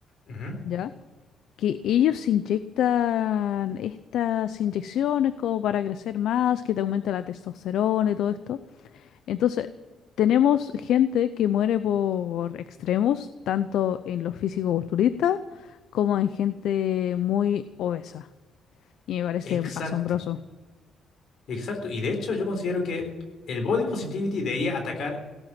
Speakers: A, on the left; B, on the left.
A: ujú.
B: ¿ya? que ellos se inyectan estas inyecciones como para crecer más, que te aumenta la testosterona y todo esto. Entonces, tenemos gente que muere por extremos, tanto en los físico-culturistas como en gente muy obesa. Y me parece
A: Exacto,
B: asombroso.
A: exacto. Y de hecho yo considero que el body positivity debería atacar